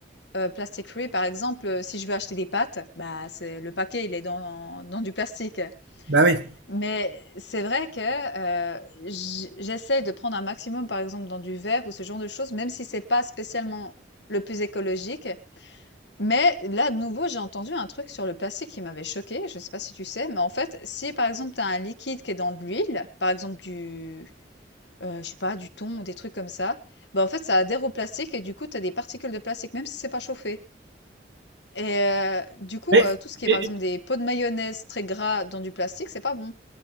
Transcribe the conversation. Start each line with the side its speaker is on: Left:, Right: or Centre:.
Left: heu, plastic free. Par exemple, heu, si je veux acheter des pâtes, bah, c'est le paquet, il est dans dans du plastique.
Right: Bah oui.
Left: Mais c'est vrai que, heu, j j'essaie de prendre un maximum, par exemple, dans du verre ou ce genre de choses, même si c'est pas spécialement le plus écologique. Mais là, de nouveau, j'ai entendu un truc sur le plastique qui m'avait choquée, je sais pas si tu sais, mais en fait, si, par exemple, tu as un liquide qui est dans de l'huile, par exemple du Heu, je sais pas, du thon ou des trucs comme ça. Bah, en fait, ça adhère au plastique et du coup, tu as des particules de plastique, même si c'est pas chauffé et heu, du coup,
Right: Mais,
Left: heu, tout ce qui est,
Right: et-
Left: par exemple, des pots de mayonnaise très gras dans du plastique, c'est pas bon.